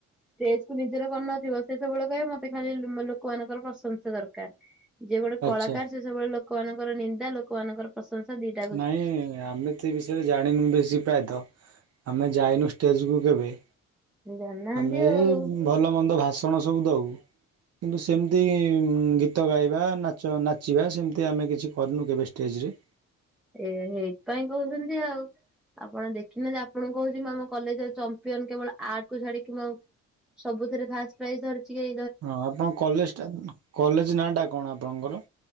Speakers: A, in the centre; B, on the right.
A: ଷ୍ଟେଜ୍ କୁ ନିଜର କରିନଥିବ ସେ ସବୁବେଳେ କହିବ ମୋତେ ଖାଲି ଉଁ, ଲୋକମାନଙ୍କର ପ୍ରଶଂସା ଦରକାର। ଯିଏ ଗୋଟେ
B: ଆଚ୍ଛା
A: କଳାକାର ସେ ସବୁବେଳେ ଲୋକମାନଙ୍କର ନିନ୍ଦା, ଲୋକମାନଙ୍କର ପ୍ରଶଂସା ଦିଟା
B: ନାଇଁ ଏ ଆମେ ସେ ବିଷୟରେ ଜାଣିନୁ ବେଶୀ ପ୍ରାୟତଃ। ଆମେ ଯାଇନୁ ଷ୍ଟେଜ୍ କୁ କେବେ।
A: ଜାଣିନାହାନ୍ତି
B: ଆମେ
A: ଆଉ
B: ଏ ଭଲ ମନ୍ଦ ଭାଷଣ ସବୁ ଦଉ। କିନ୍ତୁ ସେମିତି ଉଁ, ଗୀତ ଗାଇବା, ନାଚ ନାଚିବା, ସେମିତି ଆମେ କିଛି କରିନୁ କେବେ ଷ୍ଟେଜ୍ ରେ।
A: ଏ ହେଇଥିପାଇଁ କହୁଛନ୍ତି ଆଉ। ଆପଣ ଦେଖି ନାହାନ୍ତି, ଆପଣଙ୍କୁ କହୁଛି ମୁଁ ଆମ କଲେଜ୍ ର ଚମ୍ପିୟାନ କେବଳ ଆର୍ କୁ ଛାଡିକି ମୁଁ ଆଉ। ସବୁଥିରେ ଫାଷ୍ଟ ପ୍ରାଇଜ୍ ଧରିଛି ଏ
B: ହଁ ଆପଣଙ୍କ କଲେଜ୍ ଟା, କଲେଜ୍ ନାଁ ଟା କଣ ଆପଣଙ୍କର?